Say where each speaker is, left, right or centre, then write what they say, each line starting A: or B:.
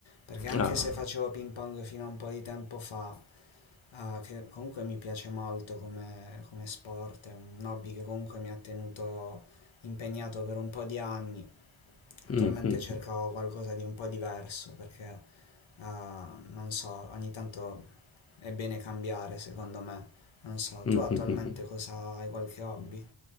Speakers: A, on the left (about 65°); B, on the left (about 30°).
A: Perché anche
B: Ah.
A: se facevo ping pong fino a un po' di tempo fa, Ah, che comunque mi piace molto come, come sport, è un hobby che comunque mi ha tenuto impegnato per un po' di anni. Attualmente
B: Mhm.
A: cerco qualcosa di un po' diverso perché, ah, non so, ogni tanto è bene cambiare secondo me. Non so,
B: Mhm.
A: tu attualmente cosa hai qualche hobby?